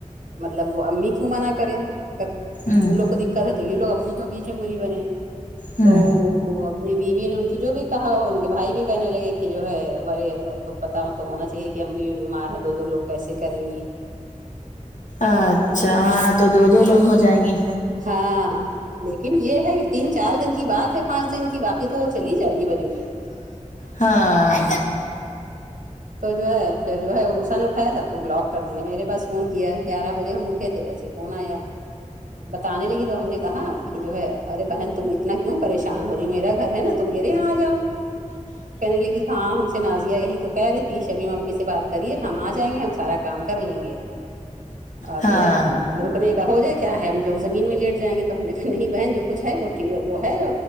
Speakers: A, on the right (about 85°); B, on the left (about 70°).
A: مطلب وہ امی کیوں منع کریں اگر
B: ہوں
A: ان لوگ کو تو یہ لوگ امی کے بیچ میں بری بنے
B: ہوں
A: تو اپنی بیوی نے ان کی جو بھی کہا ہو ان کے بھائی بھی کہنے لگے کہ جو ہے <unintelligible> بے پتا ہوں تو ہونا چاہیے کہ امی بیمار ہے دو دو لوگ کیسے کریں گی
B: اچھا
A: اور
B: ہاں تو دو دو لوگ ہو جائیں گی
A: ہاں لیکن یہ ہے کہ تین چار دن کی بات ہے پانچ دن کی باقی تو وہ چلی جائے گی بریلی
B: ہاں
A: تو جو ہے پھر جو ہے روسا نے اٹھایا سب کو بلاک کر دیا میرے پاس فون کیا ہے گیارہ بجے ہم اٹھے تھے ویسے فون آیا بتانے لگی تو ہم نے کہا جو ہے ارے بہن تم اتنا کیوں پریشان ہو رہی میرا گھر ہے نا تم میرے یہاں آ جاؤ کہنے لگی ہاں ہم سے نازیا یہی تو کہہ رہی تھی شمیم اپی سے بات کریے ہم آ جائیں گے ہم سارا کام کر لیں گے آ
B: ہاں
A: جو ہے رکنے کا ہو جائے کیا ہے ہم لوگ زمین میں لیٹ جائیں گے تو ہم نے کہا نہیں بہن جو کچھ ہے وہ وہ ہے